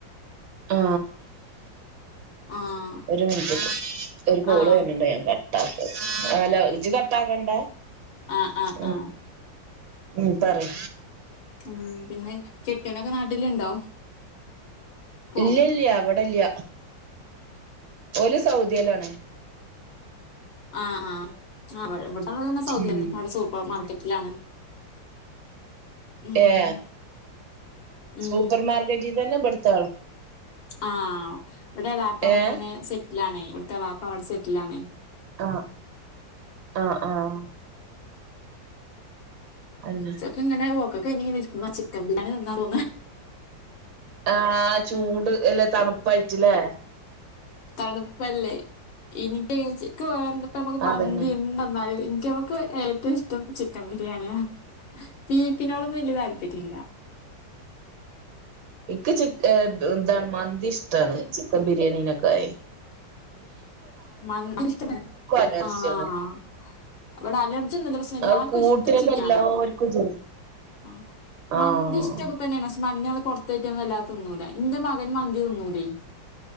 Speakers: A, on the right; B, on the left.
A: ആ
B: ആഹ്
A: ഒരു മിനി ഒരു കോള്
B: ആഹ്
A: വര്ണ് ണ്ട് ഞാൻ കട്ടാക്കാ ലോ ഇജ കട്ടാക്കണ്ട
B: ആഹ ആഹ
A: ഉം
B: ആഹ
A: ഉം പറി
B: ഉം പിന്നെ കെട്ട്യോനൊക്കെ നാട്ടിലുണ്ടോ പോ
A: ഇല്ല ഇല്ല ഇവിടല്ല്യ ഓല് സൗദ്യേലാണേ
B: ആഹ ആ് ഇവിടെള്ളാള് തന്നെ സൗദ്യയംന്നെ
A: ഉം
B: അവിടെ സൂപ്പർ മാർക്കറ്റിലാണ് ഉം
A: ഏ
B: ഉം
A: സപ്പർമാർക്കറ്റീതന്നെ ബടുത്താളും
B: ആഹ ഇവിടെ വാപ്പ അവിടെങ്ങനെ
A: ഏഹ്
B: സെറ്റിലണേ ഇവിടുത്തെ വാപ്പ അവിടെ സെറ്റിലാണേ
A: ആഹ ആഹ ആഹ അന്നെ
B: ചൊക്കങ്ങനെ പോക്കക്കെയ്ഞ്ഞിർക്ക്മ്പോ ചിക്കൻ ബിരിയാണി തിന്നാ തോന്നാ
A: ആ് ചൂട്
B: ഉം
A: അല്ലെ തണുപ്പായിട്ടില്ലേ
B: തണുപ്പല്ലേ ഇനി ഏ ക്ക് വേണ്ട നമുക്ക് മന്തി
A: അതന്നെ
B: എന്തെന്നാലും എ നമക്ക് ഏറ്റവും ഇഷ്ടം ചിക്കൻ ബിരിയാണിയാ തീക്കിനോ വല്യ താല്പര്യില്ല
A: എനിക്ക് ച എന്താണ് മന്തി ഇഷ്ടാണ് ചിക്കൻ ബിരിയാണിനെക്കാളിം
B: മന്ത <unintelligible>
A: അലർജിയാണ്
B: ആഹ അവിടെ അലർജിന്ന്ള്ള പക്ഷെ എല്ലാർക്കും
A: അത് കൂട്ടിയാല്
B: ഇഷ്ടം ചിക്കനാണ്
A: എല്ലാവർക്കും ജോലി
B: ആ
A: ആഹ്
B: മന്തിഷ്ടകത്തന്നേ ണ് മഞ്ഞള് പൊർത്തോയ്റ്റന്നല്ലാതെ തിന്നൂല ഇന്റെ മകന് മന്തി തിന്നൂലേ